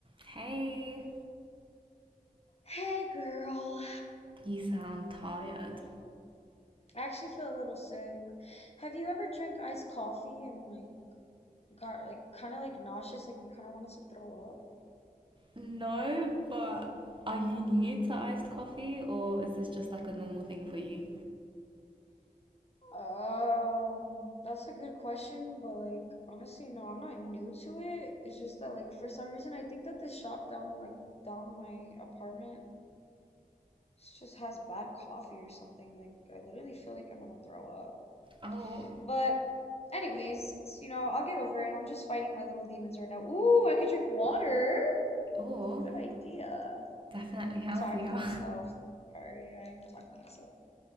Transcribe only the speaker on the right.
Hey,
you sound tired.
No, but are you new to iced coffee or is this just like a normal thing for you?
Oh,
oh,
definitely healthier.